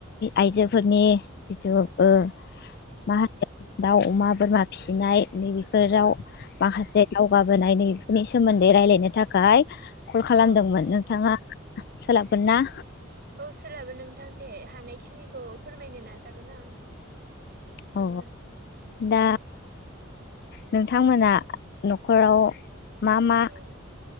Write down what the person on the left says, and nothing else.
आइजोफोरनि जिथु ओ
मा होनो दाउ अमा बोरमा फिसिनाय नैबेफोराव
माखासे दावगाबोनाय नैबेफोरनि सोमोन्दै रायलायनो थाखाय कल खालामदोंमोन
नोंथांआ सोलाबगोन ना?
औ दा नोंथांमोना न'खराव मा मा